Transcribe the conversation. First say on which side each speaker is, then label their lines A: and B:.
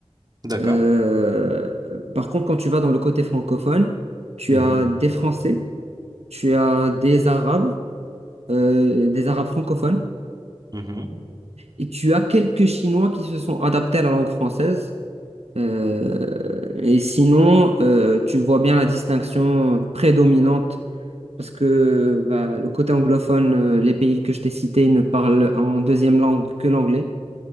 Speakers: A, on the right; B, on the right.
A: d'accord.
B: Euh, par contre, quand tu vas dans le côté francophone, tu
A: Mhm.
B: as des Français, tu as des Arabes, euh, des Arabes francophones,
A: Mhm. Mhm.
B: et tu as quelques Chinois qui se sont adaptés à la langue française. Euh, et sinon, euh, tu vois bien la distinction prédominante parce que bah, le côté anglophone, euh, les pays que je t'ai cités ne parlent en deuxième langue que l'anglais.